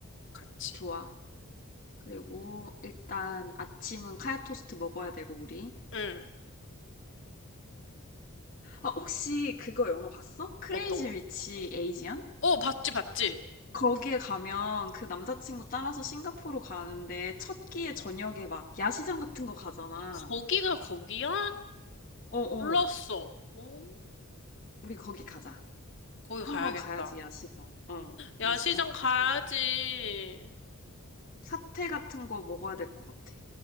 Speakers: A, on the left (about 55°); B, on the left (about 40°).
A: 같이.
B: 좋아. 그리고
A: 음,
B: 일단 아침은 카야 토스트 먹어야 되고, 우리.
A: 음,
B: 아, 혹시 그거 영화 봤어? 크레이지
A: 어떤 거?
B: 위치 에이지안
A: 어, 봤지, 봤지.
B: 거기에 가면 그 남자친구 따라서 싱가포르 가는데 첫 끼에 저녁에 막 야시장 같은 거 가잖아.
A: 거기가 거기야?
B: 어어,
A: 몰랐어. 오.
B: 우리 거기 가자.
A: 거기
B: 한번
A: 가야겠다.
B: 가야지, 야시장. 어,
A: 야,
B: 야시장
A: 시장
B: 가서
A: 가야지.
B: 사태 같은 거 먹어야 될 것 같아.